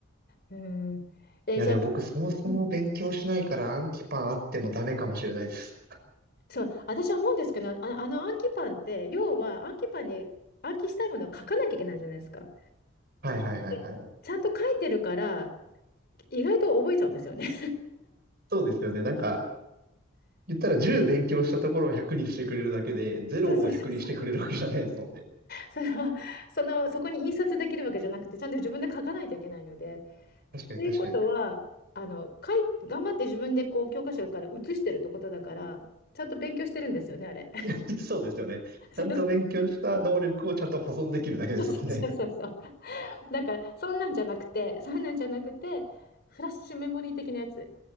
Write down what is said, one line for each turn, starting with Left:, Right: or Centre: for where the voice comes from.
Left: うん、えーじゃあ、
Right: いや、でも僕そもそも勉強しないから暗記パンあってもダメかもしれないです。
Left: うん、
Right: <laughs>
Left: そう、私は思うんですけど、あ、あの暗記パンって、要は暗記パンに暗記したいものを書かなきゃいけないじゃないですか。
Right: はいはいはいはい。
Left: でちゃんと書いてるから、意外と覚えちゃうんですよね。
Right: そうですよね。なんか、言ったら10勉強したところを100にしてくれるだけで、
Left: <laughs>
Right: 0を100にしてくれるわけじゃないですもんね。
Left: そうそうそうそう。そうその、その、そこに印刷できるわけじゃなくて、ちゃんと自分で書かないといけないので、
Right: <laughs> 確かに確かに。
Left: ということは、あの、かい、頑張って自分でこう教科書から写してるってことだから、ちゃんと勉強してるんですよね、あれ。
Right: <laughs> そうですよね。
Left: <laughs> そうそ
Right: ちゃんと勉強した能力をちゃんと保存できるだけですもんね。
Left: うそうそう。だから、そんなんじゃなくて、そんなんじゃなくて、フラッシュメモリー的なやつ。